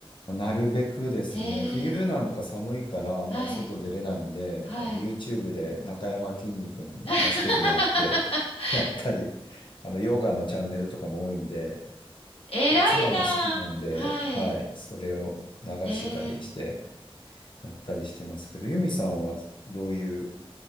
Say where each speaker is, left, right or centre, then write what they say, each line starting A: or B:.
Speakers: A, on the left; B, on the left.
A: なるべくですね、
B: えー、
A: 冬なんか寒いからあんまり外出れないんで、
B: はい、はい。
A: あの、YouTube で中山きんに君に助けてもらって、
B: <laughs>
A: やったり、あの、ヨガのチャンネルとかも多いんで、
B: 偉いなあ。
A: で、妻も好きなんで、
B: はい。
A: はい、それを流してたりして、
B: えー、
A: やったりしてますけど、ユミさんはどういう